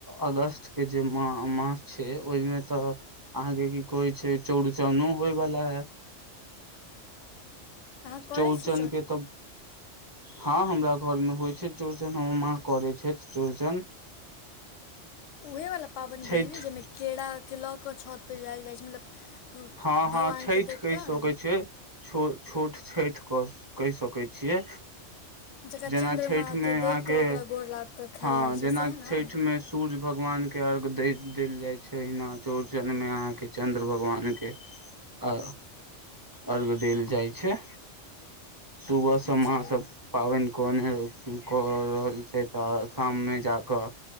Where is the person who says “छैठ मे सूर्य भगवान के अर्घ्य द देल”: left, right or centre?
Right